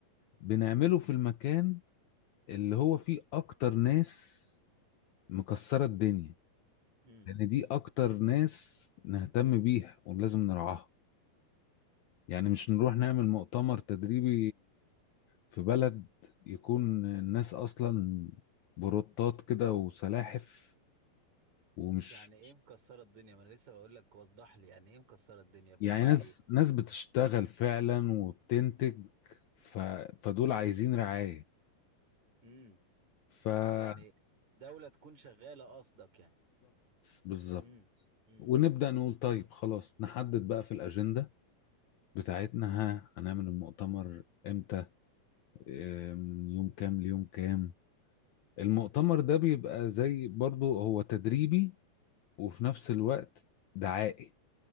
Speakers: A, on the left; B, on the right.
A: بنعمله في المكان اللي هو فيه اكتر ناس مكسرة الدنيا
B: امم
A: لأن دي أكتر ناس نهتم بيها ولازم نرعاها يعني مش نروح نعمل مؤتمر تدريبي في بلد يكون الناس أصلا بروتات كده وسلاحف ومش
B: يعني ايه مكسره الدنيا ما انا لسه بقول لك وضح لي يعني ايه مكسره الدنيا بمعنى
A: يعني ناس
B: ايه
A: ناس بتشتغل فعلا وبتنتج ف... فدول عايزين رعاية
B: امم
A: فبالظبط
B: يعني دولة تكون شغالة قصدك يعني
A: بالظبط
B: امم امم
A: ونبدأ نقول طيب خلاص نحدد بقى في الأجندة بتاعتنا ها هنعمل المؤتمر امتى آه، من يوم كام ليوم كام المؤتمر ده بيبقى زي برضو هو تدريبي وفي نفس الوقت دعائي